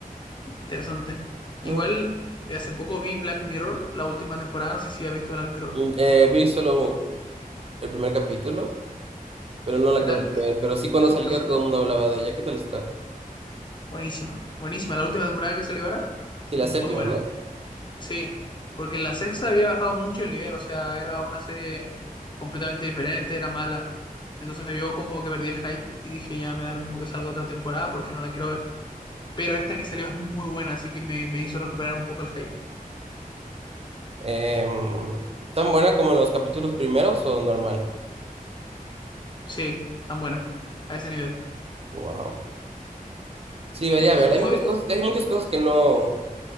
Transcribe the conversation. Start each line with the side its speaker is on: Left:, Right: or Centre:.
Left: Interesante. Igual,
Right: Ah.
Left: hace poco vi Black Mirror, la última temporada. No sé si has visto Black Mirror.
Right: Y, eh, vi solo el primer capítulo, pero no la
Left: ¿Qué
Right: acabé
Left: tal? ¿Te,
Right: de ver. Pero sí cuando
Left: te-
Right: salía
Left: te gustó?
Right: todo el mundo hablaba de ella. ¿Qué tal está?
Left: Buenísima. Buenísima. La última temporada que salió ahora,
Right: Sí, la
Left: muy
Right: séptima,
Left: buena.
Right: ¿no?
Left: Sí, porque la sexta había bajado mucho el nivel, o sea, era una serie completamente diferente, era mala. Entonces yo como que perdí el hype y dije, ya me da lo mismo que salga otra temporada porque no la quiero ver. Pero esta que salió es muy buena, así que me, me hizo recuperar un poco el hype.
Right: Em, ¿tan buena como en los capítulos primeros o normal?
Left: Sí, tan buena, a ese nivel.
Right: Wow. Sí, debería
Left: ¿Y tú,
Right: verla.
Left: y tú, Fabi,
Right: Hay muchas
Left: cuál,
Right: cosas, hay muchas cosas que no